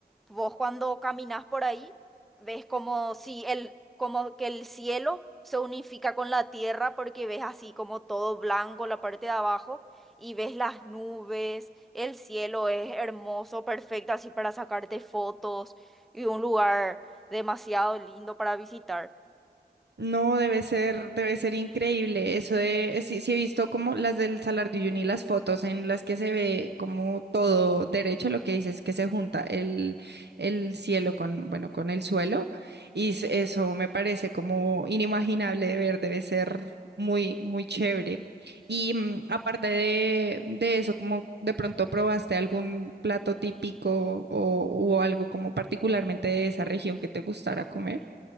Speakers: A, in the centre; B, on the right.
A: vos cuando caminas por ahí, ves como si el, como que el cielo se unifica con la tierra porque ves así como todo blanco la parte de abajo y ves las nubes el cielo es hermoso, perfecto, así para sacarte fotos y un lugar demasiado lindo para visitar.
B: No, debe ser, debe ser increíble. Eso de, sí, sí he visto como las del Salar de Uyuni, las fotos en las que se ve como todo derecho, lo que dices que se junta el, el cielo con, bueno, con el suelo. Y s- eso me parece como inimaginable de ver, debe ser muy, muy chévere. Y mm, aparte de, de eso, como de pronto probaste algún plato típico o, o algo como particularmente de esa región que te gustara comer?